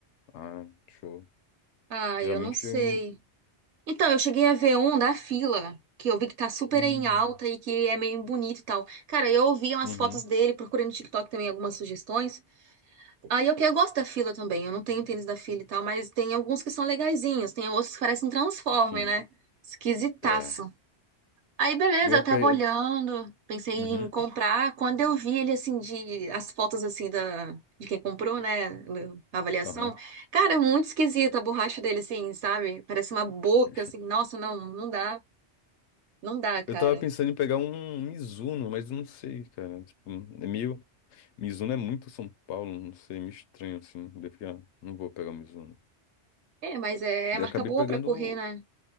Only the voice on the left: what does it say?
Ah, show.
Geralmente
eu não.
Hum.
Uhum,
sim.
É.
Eu ia
pe...
Uhum,
aham.
<laughs>
Eu tava pensando em pegar um Mizuno, mas não sei, cara. Tipo, é meio. Mizuno é muito São Paulo, não sei, é meio estranho assim. Daí Eu falei, ah, não vou pegar o Mizuno.
Daí
eu acabei
pegando.